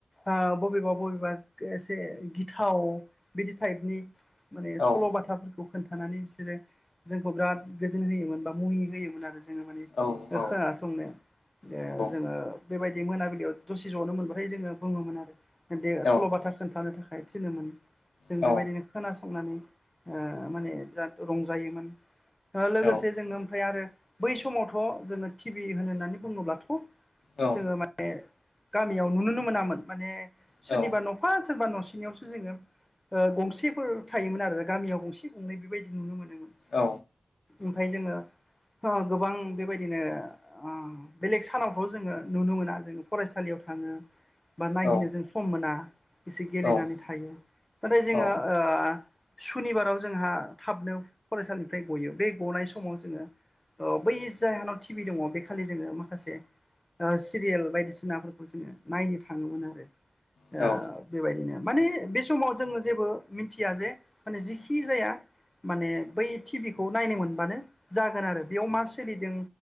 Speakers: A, on the left; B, on the left.
A: आ बबेबा बबेबा एसे गिथाव बिदि थाइपनि माने
B: औ
A: सल' बाथाफोरखौ खोन्थानानै बिसोरो जोंखौ बिराद गोजोन होयोमोन बा मुहि होयोमोन आरो जोङो माने
B: औ औ
A: ओ खोनासंनो ओ
B: नंगौ
A: जोङो बेबायदि मोनाबिलियाव दसे ज'नो मोनबा ओमफाय जोङो बुङोमोन आरो बे
B: औ
A: सल'बाथा खोन्थानो थाखाय थिनोमोन। जों
B: औ
A: बेबायदिनो खोनासंनानै ओ माने बिराद रंजायोमोन। लोगोसे
B: औ
A: जोङो ओमफाय आरो बै समावथ' जोङो टि भि होनो होननानै बुङोब्लाथ'
B: औ
A: जोङो माने याव नुुनो मोनामोन माने सोरनिबा
B: औ
A: न'फा सोरबा न'सेनियावसो जोङो ओ गंसेफोर थायोमोन आरो गामियाव गंसे गंनै बेबायदि नुनो मोनोमोन।
B: औ
A: ओमफाय जोङो गोबां बेबायदिनो ओ बेलेग सानावथ' जोङो नुनो मोना जों फरायसालियाव थां थाङो बा नायहैनो
B: औ
A: जों सम मोना एसे
B: नंगौ
A: गेलेनानै
B: नोंथां
A: थायो। नाथाय जोङो
B: औ
A: ओ सुनिबाराव जोंहा थाबनो फरायसालिनिफ्राय गयो बे गनाय समाव जोङो औ बै जायहोनाव टिभि दङ बै खालि जोङो माखासे सिरियेल बायदिसिना खौ जोङो नायनो थाङोमोन आरो ओ
B: औ औ
A: बेबायदिनो माने बे समाव जोंङो जेबो मिनथिया जे माने जिखि जाया माने बै टिभिखौ नायनो मोनबानो जागोन आरो बेयाव मा सोलिदों